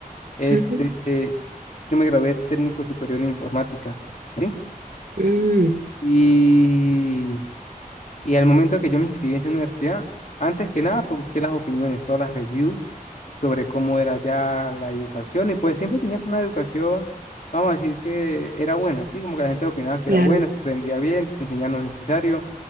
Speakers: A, on the left; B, on the right.
A: Este,
B: ujú.
A: eh, yo me gradué técnico superior en informática, ¿sí?
B: Mm,
A: Y, y al momento que yo me inscribí en esa universidad, antes que nada, pues busqué las opiniones, todas las reviews sobre cómo era ya la educación y pues siempre tenía como una educación, vamos a decir que era buena, ¿sí? Como que la gente opinaba que
B: Claro.
A: era buena, se aprendía bien, te enseñaban lo necesario